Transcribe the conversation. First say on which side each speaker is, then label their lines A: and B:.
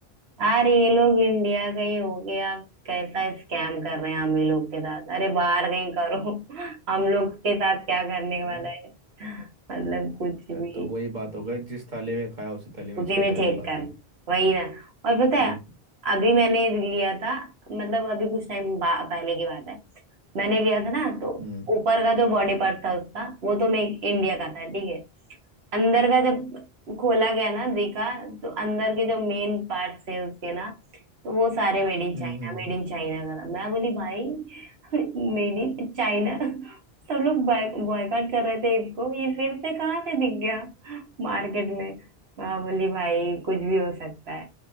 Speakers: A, on the right; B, on the right.
A: यार ये लोग इंडिया गए हो गया कैसा स्कैम कर रहे हैं हम ही लोग के साथ अरे बाहर कहीं करो <laughs> हम लोग के साथ क्या करने
B: और
A: वाला है मतलब कुछ
B: न-
A: भी
B: तो वही बात हो गई जिस थाली में खाया उसी थाली में
A: उसी
B: छेद
A: में
B: वाली
A: चेक
B: बात
A: करना
B: है
A: वही ना और पता
B: और-
A: है अभी मैंने लिया था मतलब अभी कुछ टाइम पहले की बात है मैंने लिया था ना तो
B: hmm
A: ऊपर का जो बॉडी पार्ट था उसका वो तो मैं इंडिया का था ठीक है अंदर का जब खोला गया ना देखा तो अंदर के जो मेन पार्ट थे उसके ना तो वो सारे made in China
B: Hmm
A: made in China का था मैं बोली भाई <laughs> मेड इन चाइना सब लोग बॉयकॉट कर रहे थे इसको ये फिर से कहाँ से दिख गया मार्केट में मैं बोली भाई कुछ भी हो सकता है